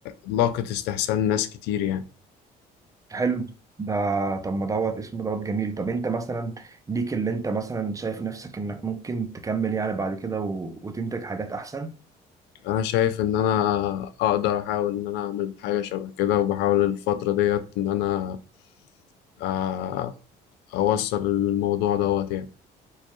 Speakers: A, on the left (about 80°); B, on the right (about 20°).
A: لاقت استحسان ناس كتير يعني
B: حلو ده طب ما دوت اسمه دوت جميل طب انت مثلا ليك اللي انت مثلا شايف نفسك انك ممكن تكمل يعني بعد كده و... وتنتج حاجات احسن
A: انا شايف ان انا اقدر احاول ان انا اعمل حاجة شبه كده وبحاول الفترة ديت ان انا آه، أوصل الموضوع دوت يعني